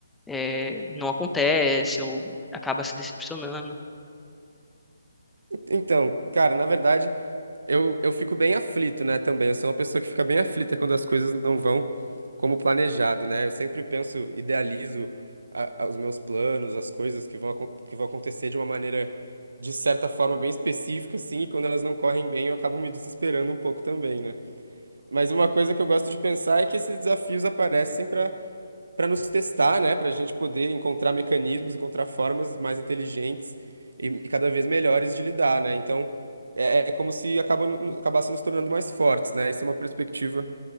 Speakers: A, in the centre; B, on the right (about 75°).
A: é, não acontece ou acaba se decepcionando.
B: Então, cara, na verdade, eu, eu fico bem aflito, né, também. Eu sou uma pessoa que fica bem aflita quando as coisas não vão como planejado, né? Eu sempre penso, idealizo a- a- os meus planos, as coisas que vão, acon- que vão acontecer de uma maneira, de certa forma, bem específica, assim, e quando elas não correm bem, eu acabo me desesperando um pouco também, né? Mas uma coisa que eu gosto de pensar é que esses desafios aparecem para nos testar, né? Para a gente poder encontrar mecanismos, encontrar formas mais inteligentes e, e cada vez melhores de lidar, né? Então é, é como se acaba, acabasse nos tornando mais fortes, né? Essa é uma perspectiva